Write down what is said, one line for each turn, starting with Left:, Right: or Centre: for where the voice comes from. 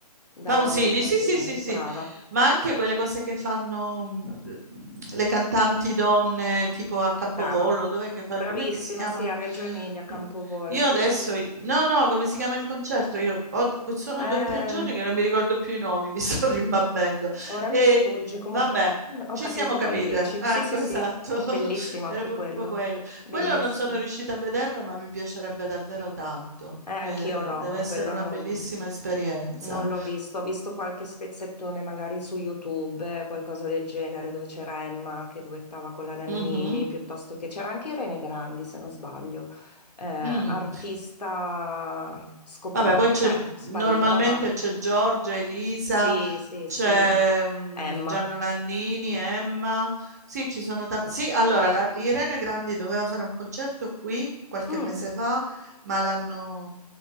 Left: da
Right: Pausini,
Left: Laura Pasin,
Right: sì, sì, sì, sì,
Left: brava.
Right: ma anche
Left: Sì.
Right: quelle cose che fanno mm, mm, le cantanti donne, tipo a Campovolo,
Left: Brava,
Right: dov'è che fa?
Left: bravissima,
Right: Com'è che si chiama?
Left: sì, a Reggio Emilia, a Campovolo,
Right: Pa- Io
Left: sì,
Right: adesso,
Left: sì.
Right: no, no, come si chiama il concerto? Io ho- que- sono
Left: Eh,
Right: due o tre giorni che non mi ricordo più i nomi, mi <laughs> sto rimbambendo.
Left: ora
Right: E
Left: mi sfugge, comunque
Right: vabbè,
Left: ho
Right: ci
Left: capito
Right: siamo capite.
Left: quale dici.
Right: Ecco,
Left: Sì, sì,
Right: esatto,
Left: sì,
Right: <laughs>
Left: bellissimo anche
Right: era proprio
Left: quello,
Right: quello.
Left: bellissimo.
Right: Quello non sono riuscita a vederlo, ma mi piacerebbe davvero tanto.
Left: Eh,
Right: Eh,
Left: anch'io no,
Right: deve essere
Left: quello
Right: una
Left: non,
Right: bellissima esperienza.
Left: non l'ho visto, ho visto qualche spezzettone magari su YouTube, eh, qualcosa del genere, dove c'era Emma che duettava con la Nannini,
Right: Mhm.
Left: piuttosto che c'era anche Irene Grandi, se non sbaglio eh, artista
Right: Mm.
Left: scoperta,
Right: Vabbè, poi c'è
Left: cioè sparita,
Right: normalmente
Left: ma
Right: c'è Giorgia, Elisa
Left: Sì, sì,
Right: C'è
Left: sì.
Right: mm,
Left: Emma.
Right: Gianna Nannini, Emma. Sì, ci sono tanti. Sì, allora, la- Irene Grandi doveva fare un concerto qui qualche
Left: Mm,
Right: mese fa, ma l'hanno